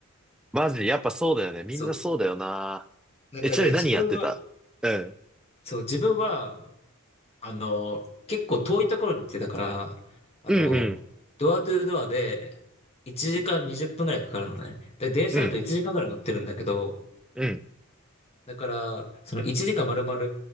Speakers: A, in the centre; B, on the left (about 30°).
A: マジ、でやっぱそうだよね。みんなそうだよな。
B: そう。なんかね、
A: え、ちなみに何やってたうん。
B: 自分は、そう、自分は、あの、結構遠いところに行ってたから、あの、
A: うんうん。
B: ドアトゥードアで1時間20分ぐらいかかるのね。で、電車だと1時間ぐらい乗ってるんだけど、
A: うん。うん。
B: だから、その1時間丸々